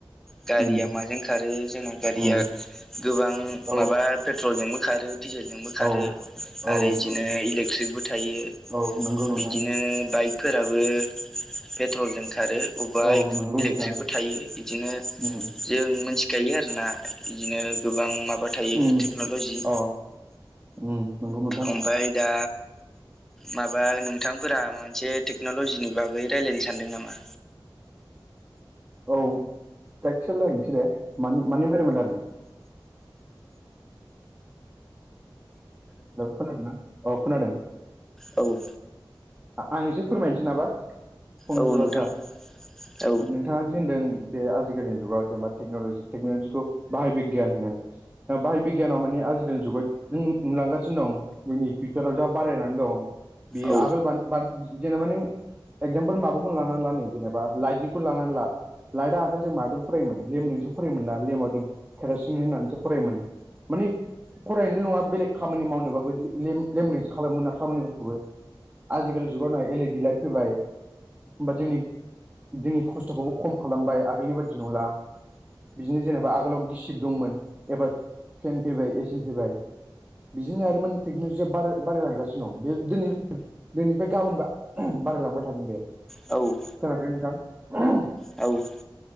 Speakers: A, in the centre; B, on the right (about 20°).
A: गारिया
B: उम
A: माजों खारो जोंना गारिया
B: उम
A: गोबां
B: औ
A: माबा पेट्र'लजोंबो खारो डिजेलजोंबो खारो
B: औ
A: आरो
B: औ नंगौ
A: बिदिनो इलेक्ट्रिकबो थायो
B: औ नंगौ नोंथां
A: बिदिनो बाइकफोराबो पेट्रलजों खारो बबेबा
B: औ नंगौ
A: इलेक्ट्रिकबो
B: नोंथां
A: थायो बिदिनो
B: उम
A: जों मिथिखायो आरोना। बिदिनो गोबां माबा थायो
B: उम
A: टेक्न'ल'जि।
B: अ उम नंगौ नोंथां
A: ओमफाय दा माबा नोंथांफोरा माबा मोनसे टेक्न'लजिनि बागै रायज्लायनो सानदों नामा?
B: औ एसे रायलायनोसै दे मानि मानि बागै रायलायनो? हेल' खोनादोंना? औ खोनादों।
A: औ
B: आं एसे फोरमायनोसै नाबा फंनैसो
A: औ नोंथां
B: बाथ्रा।
A: औ
B: नोंथाङा दिदि होनदों बे आजिखालिनि जुगाव जेनेबा टेक्न'लजि टेक्न'लजिखौ बाहाय बिगियान होनो। बाहाय बिगियानाव माने आजिखालिनि जुगाव जों नुलांगासिनो दं जोंनि फिउचाराव जा बारायनानै दं बेयो
A: औ
B: आगोल जेनेबा नों एगजामपोल माबाखौनो लानानै ला नै जेनेबा लाइटनिखौ लानानै ला। लाइदा आगोल जों माजों फरायोमोन लेमजोंसो फरायोमोन ना लेमाव जों केरासिन होननानैसो फरायोमोन। मानि फरायनाय नङा बेलेग खामानि मावनोबाबो लेनायसो खालामोना खामानिफोरखौबो। आजिखालि जुगावनो एलइडि लाइट फैबाय। होमबा जोंनि जोंनि खस्थ'खौबो खम खालामबाय आगैनि बादि नंला। बिदिनो जेनेबा आगोलाव गिसिब दंमोन एबार फेन फैबाय एसि फैबाय। बिदिनो आरोमाने टेक्न'लजिया बाराय बारायलांगासिनो दं बे दिनै दिनैनिफ्राय गाबोन बारायलांबाय थागोन बे।
A: औ
B: खोनादोंना नोंथां।
A: औ